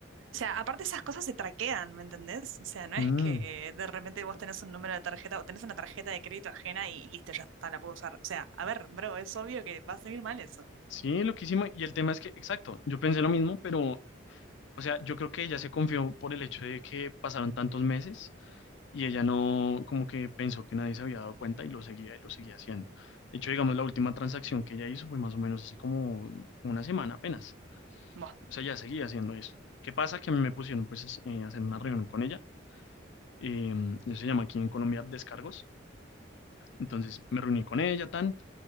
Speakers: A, on the right (about 80°); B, on the left (about 65°).
A: O sea, aparte esas cosas se traquean, ¿me entendés? O sea, no
B: Mm,
A: es que de repente vos tenés un número de tarjeta o tenés una tarjeta de crédito ajena y listo, ya está, la puedo usar. O sea, a ver, bro, es obvio que va a salir mal eso.
B: Sí, loquísimo. Y el tema es que, exacto, yo pensé lo mismo, pero, o sea, yo creo que ella se confió por el hecho de que pasaron tantos meses y ella no, como que pensó que nadie se había dado cuenta y lo seguía y lo seguía haciendo. De hecho, digamos, la última transacción que ella hizo fue más o menos hace como una semana apenas.
A: Buah.
B: O sea, ya seguía haciendo eso. ¿Qué pasa? Que a mí me pusieron pues a hacer una reunión con ella. Eh, eso se llama aquí en Colombia descargos Entonces me reuní con ella, tan.